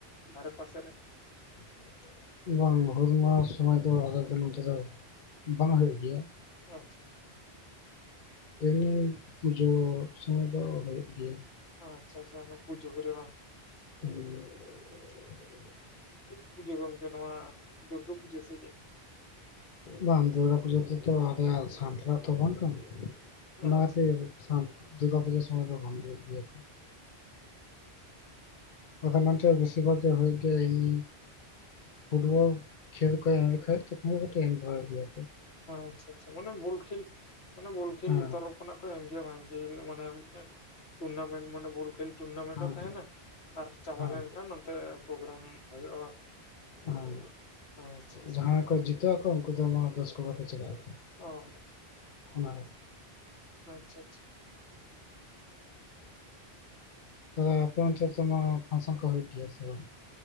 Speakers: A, on the left; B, on the left.
A: ᱫᱷᱟᱨᱮ ᱯᱟᱥᱮ ᱨᱮ
B: <inaudible> ᱵᱟᱝ ᱦᱩᱞ ᱢᱟᱦᱟ ᱥᱚᱢᱚᱭ ᱫᱚ ᱟᱞᱮ ᱫᱚ ᱱᱚᱛᱮ ᱫᱚ ᱵᱟᱝ ᱦᱩᱭᱩᱜ ᱜᱮᱭᱟ᱾
A: ᱟᱪᱪᱷᱟ ᱟᱪᱪᱷᱟ᱾
B: ᱮᱢᱱᱤ ᱯᱩᱡᱟᱹ ᱥᱚᱢᱚᱭ ᱫᱚ ᱦᱩᱭᱩᱜ ᱜᱮᱭᱟ᱾
A: ᱚ ᱟᱪᱪᱷᱟ ᱟᱪᱪᱷᱟ ᱚᱱᱟ ᱯᱩᱡᱟᱹ ᱠᱚᱨᱮ ᱵᱟᱝ?
B: <inaudible>
A: ᱪᱮᱫ ᱯᱩᱡᱟᱹ ᱜᱚᱢᱠᱮ, ᱱᱚᱣᱟ ᱫᱩᱨᱜᱟᱹ ᱯᱩᱡᱟᱹ ᱥᱮ ᱪᱮᱫ?
B: ᱵᱟᱝ ᱫᱩᱨᱜᱟ ᱯᱩᱡᱟᱹ ᱨᱮᱛᱚ ᱟᱞᱮᱭᱟᱜ ᱥᱟᱱᱛᱟᱨᱟ ᱛᱚ ᱵᱟᱝ ᱠᱟᱱᱟ᱾ ᱚᱱᱟ
A: ᱟᱪᱪᱷᱟ
B: ᱠᱷᱟᱹᱛᱤᱨ
A: ᱟᱪᱪᱷᱟ
B: ᱥᱟᱱᱛ ᱫᱩᱨᱜᱟ ᱯᱩᱡᱟᱹ ᱥᱚᱢᱚᱭ ᱫᱚ ᱵᱟᱝ ᱦᱚᱭᱩᱜ ᱜᱮᱭᱟ ᱠᱚ᱾ ᱟᱫᱚ ᱱᱚᱛᱮ ᱵᱤᱥᱤᱨ ᱵᱷᱟᱜ ᱜᱮ ᱦᱩᱭ ᱜᱮ ᱮᱧ ᱯᱷᱩᱴᱵᱚᱞ ᱠᱷᱮᱞ ᱠᱚ ᱮᱢ ᱞᱮᱠᱷᱟᱡ, ᱛᱚᱠᱷᱚᱱ ᱫᱚ ᱠᱟᱹᱴᱤᱡ ᱮᱢ ᱵᱟᱰᱟᱭ ᱜᱮᱭᱟ ᱠᱚ᱾
A: ᱟᱪᱪᱷᱟ ᱟᱪᱪᱷᱟ ᱢᱟᱱᱮ ᱵᱚᱞ ᱠᱷᱮᱞ, ᱢᱟᱱᱮ ᱵᱚᱞ ᱠᱷᱮᱞ
B: ᱦᱮᱸ
A: ᱛᱚᱨᱚᱵ ᱠᱷᱚᱱᱟᱜ ᱠᱚ ᱮᱢ ᱜᱮᱭᱟ ᱵᱟᱝ ᱡᱮ ᱦᱤᱞᱚᱜ ᱢᱟᱱᱮ ᱴᱩᱨᱱᱟᱢᱮᱱᱴ ᱢᱟᱱᱮ ᱵᱚᱞ ᱠᱷᱮᱞ ᱴᱩᱨᱱᱟᱢᱮᱱᱴ
B: ᱦᱮᱸ
A: ᱦᱚᱸ ᱛᱟᱦᱮᱱᱟ ᱟᱨ ᱪᱟᱵᱟ
B: ᱦᱮᱸ
A: ᱞᱮᱱᱠᱷᱟᱱ ᱱᱚᱛᱮ ᱯᱨᱳᱜᱨᱟᱢ ᱦᱩᱭᱩᱜᱼᱟ ᱵᱟᱝ?
B: ᱦᱮᱸ
A: ᱟᱪᱪᱷᱟ ᱟᱪᱪᱷᱟ
B: ᱡᱟᱦᱟᱸᱭ ᱠᱚ ᱡᱤᱛᱟᱹᱜ ᱟᱠᱚ ᱩᱱᱠᱩ ᱫᱚ ᱫᱚᱢᱮ ᱨᱟᱹᱥᱠᱟ ᱠᱟᱛᱮ ᱪᱟᱞᱟᱜ ᱟᱠᱚ᱾
A: ᱚᱸ
B: ᱚᱱᱟ
A: ᱟᱪᱪᱷᱟ ᱟᱪᱪᱷᱟ᱾
B: ᱛᱚᱵᱮ ᱟᱯᱮ ᱚᱱᱛᱮ ᱫᱚ ᱯᱦᱟᱱᱥᱚᱱ ᱠᱚ ᱦᱩᱭᱩᱜ ᱜᱮᱭᱟ ᱥᱮ ᱵᱟᱝ?